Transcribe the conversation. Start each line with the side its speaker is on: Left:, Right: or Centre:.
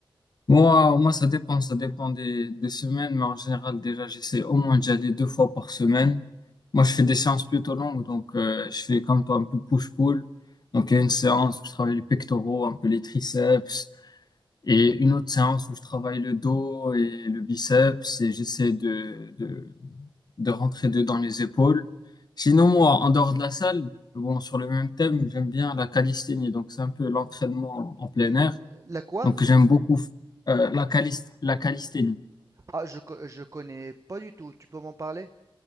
Left: Moi, moi, ça dépend, ça dépend des, des semaines, mais en général, déjà, j'essaie au moins d'y aller deux fois par semaine. Moi, je fais des séances plutôt longues, donc euh, je fais comme toi un peu push-pull. Donc, il y a une séance où je travaille les pectoraux, un peu les triceps, Et une autre séance où je travaille le dos et le biceps et j'essaie de, de, de rentrer dedans les épaules. Sinon, moi, en dehors de la salle, bon, sur le même thème, j'aime bien la calisthénie. Donc, c'est un peu l'entraînement en plein
Right: l-
Left: air.
Right: la quoi?
Left: Donc, j'aime beaucoup euh, la calist la calisthénie.
Right: Ah, je, co- je connais pas du tout. Tu peux m'en parler?